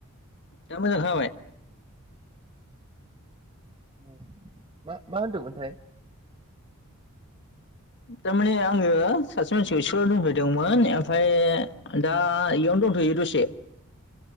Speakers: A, on the left; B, on the right.
A: दा मोजां खोनाबाय?
B: औ मा मा होनदोंमोनथाय?
A: थारमाने आङो सासे मानसिखौ स्कुलाव दोनफैदोंमोन ओमफ्राय दा इयावनो दंथ'यो दसे।